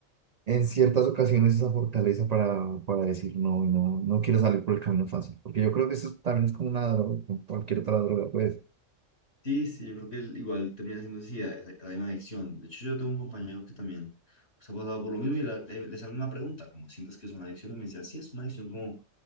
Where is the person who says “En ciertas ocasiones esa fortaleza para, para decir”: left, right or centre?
Right